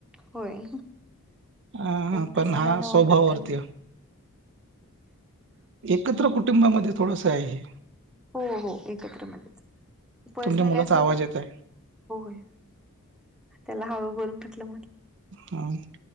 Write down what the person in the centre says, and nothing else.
होय.
पण तस
नाही ना
वाटत त्यांना.
हो हो एकत्रमध्येणच. ते पर्सनली
असं
होय त्याला हळू बून पटलं.